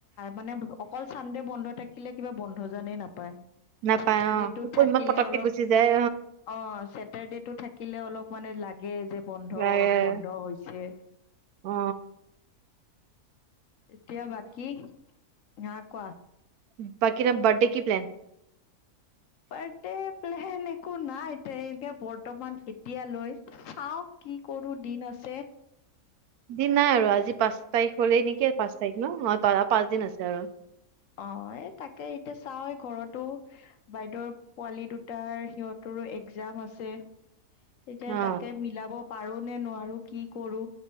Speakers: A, on the left; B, on the right.
A: মানে অকল চানদে বন্ধ থাকি থিলে কিবা বন্ধ জানে নাপায়
B: নাপায়
A: চেটাৰডে
B: অ
A: টো থাকিলে
B: ইমান পতককে
A: অলপ
B: গুচি যায়
A: অ চেটাৰডে টো থাকিলে অলপ মানে লাগে যে বন্ধ
B: লাগে
A: বন্ধ হৈছে।
B: অ
A: এতিয়া বাকী? হ কোৱা
B: উম বাকি তাৰ বাৰ্থডে কি প্লেন?
A: বাৰ্থডে প্লেন একো নাই তেনেকে বৰ্তমান এতিয়া লৈ। চাও! কি কৰো দিন আছে
B: দিন নাই আৰু আজি পাঁচ তাৰিখ হ'লেই নেকি পাঁচ তাৰিখ ন অ তই পাঁচ দিন আছে আৰু
A: অ এই তাকে এতিয়া চাও ঘৰতো বাইদেউৰ পোৱালি দুটাৰ সিহঁতৰো এক্জাম আছে। এতিয়া
B: অ
A: তাকে মিলাব পাৰো নে নোৱাৰো কি কৰো।